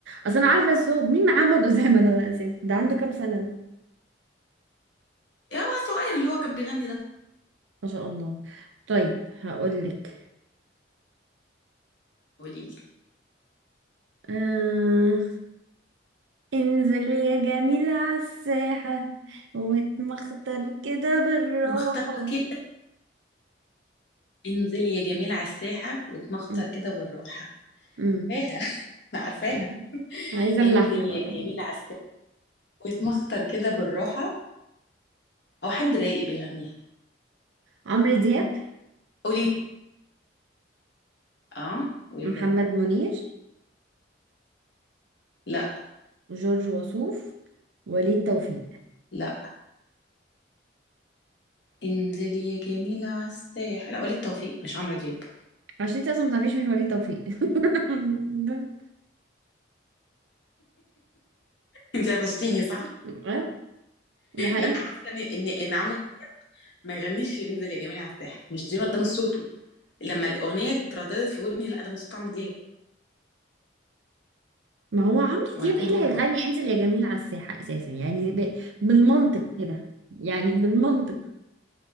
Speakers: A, on the right; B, on the left.
A: أصل أنا عارفة الصوت مين محمد أسامة ده بقى أساسا ده عنده كام سنة ده
B: إيه هو الصغير اللي هو كان بيغني ده
A: ما شاء الله طيب هقولك
B: قولي لي
A: آه... انزل يا جميل على الساحة واتمخطر كده بالراحة
B: مختار كده انزلي يا جميل على الساحه واتمخطر
A: م-
B: كده بالراحه
A: م-
B: عارفاها <laughs> عارفاها
A: م. عايزة اللحن
B: انزلي
A: بقى
B: يا
A: طبعا
B: جميل على الساحه واتمخطر كده بالراحه او حد رايق بيغنيها
A: عمرو دياب
B: قولي اه قولي
A: محمد
B: كده
A: منير
B: لا
A: جورج وسوف وليد توفيق
B: لا انزلي يا جميلة على الساحل وليد توفيق مش عمرو دياب <laughs>
A: عشان انت اصلا ما تعرفيش مين وليد توفيق <laughs> ده
B: انت قفشتيني صح
A: اه ده حقيقي
B: لا حاسه ان ان ان عمرو ما يغنيش انزل يا جميلة على الساحل مش دي ده مش صوته لما الاغنيه اترددت في ودني لا ده مش صوت عمرو دياب
A: ما هو عمرو
B: وهيكون
A: دياب ايه اللي
B: هو
A: هيغني انزل يا جميل على الساحة اساسا يعني ب... بالمنطق كده يعني بالمنطق